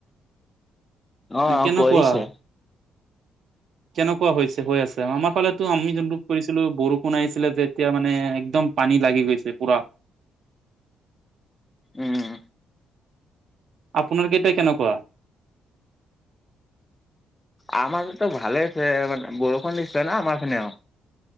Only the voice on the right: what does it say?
কেনেকুৱা?
কেনেকুৱা হৈছে হৈ আছে আমাৰ ফালেতো আমি যোনটো কৰিছিলো বৰষুণ আহিছিলে যে এতিয়া মানে একদম- পানী লাগি গৈছে পুৰা।
আপোনাৰ কেইটাই কেনেকুৱা?